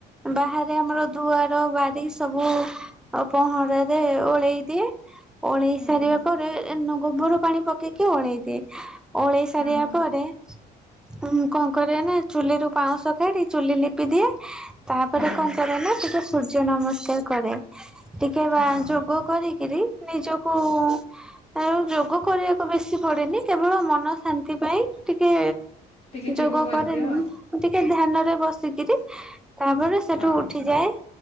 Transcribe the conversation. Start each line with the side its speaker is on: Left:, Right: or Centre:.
Centre: ବାହାରେ ଆମର ଦୁଆ ର ବାରି ସବୁ ପହଁରାରେ ଓଳେଇ ଦିଏ। ଓଳେଇ
Left: ହୁଁ
Centre: ସାରିବା ପରେ ଗୋବର ପାଣି ପକେଇକି ଓଳେଇଦିଏ। ଓଳେଇ ସାରିବା
Left: ହଁ
Centre: ପରେମୁଁ କଣ କରେ ନା ଚୁଲି ରୁ ପାଉଁଶ କାଢି ଚୁଲି ଲିପି ଦିଏ ତାପରେ
Left: ହୁଁ
Centre: କଣ କରେ ନା ଟିକେ ସୂର୍ଯ୍ୟ ନମସ୍କାର କରେ। ଟିକେ
Left: ହଁ
Centre: ବା ଯୋଗ କରିକିରି ନିଜକୁ ଆଉ ଯୋଗ କରିବାକୁ ବେଶୀ ପଡେନି କେବଳ ମନ ଶାନ୍ତି ପାଇଁ ଟିକେ
Left: ଟିକେ
Centre: ଯୋଗ
Left: କରିଦିଅ
Centre: କରେନି ମୁ ଟିକେ ଧ୍ୟାନରେ ବସିକିରି ତାପରେ ସେଠୁ
Left: ହଁ
Centre: ଉଠିଯାଏ।